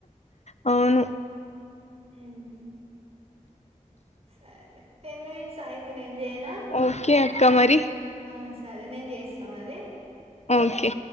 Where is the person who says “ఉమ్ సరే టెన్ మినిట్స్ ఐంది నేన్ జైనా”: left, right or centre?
Right